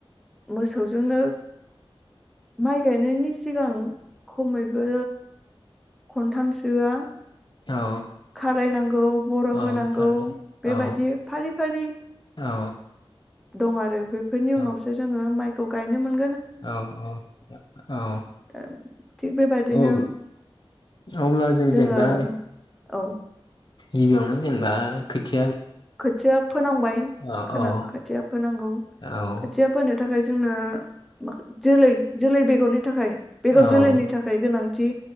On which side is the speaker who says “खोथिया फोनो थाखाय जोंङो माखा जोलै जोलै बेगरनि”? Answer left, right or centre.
Centre